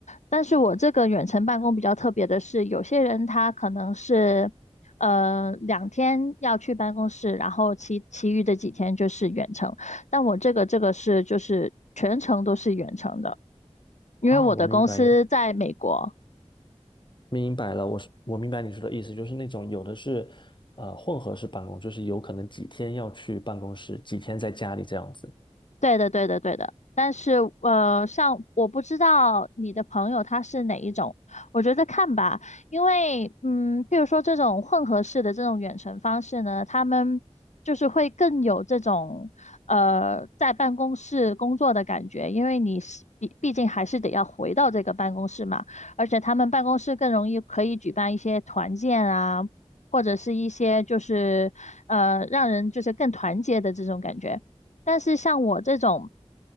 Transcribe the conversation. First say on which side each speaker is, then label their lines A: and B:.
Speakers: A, on the left; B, on the left.
A: 但是我这个远程办公比较特别的是，有些人他可能是呃两天要去办公室，然后其其余的几天就是远程。但我这个这个是就是全程都是远程的，因为我的公司在美国，
B: 啊，我明白你，明白了，我是我明白你说的意思，就是那种有的是呃混合式办公，就是有可能几天要去办公室，几天在家里这样子，
A: 对的，对的，对的。但是，呃，像我不知道你的朋友他是哪一种，我觉得看吧，因为，嗯，譬如说这种混合式的这种远程方式呢，他们就是会更有这种，呃，在办公室工作的感觉，因为你是毕毕竟还是得要回到这个办公室嘛，而且他们办公室更容易可以举办一些团建啊，或者是一些就是，呃，让人就是更团结的这种感觉。但是像我这种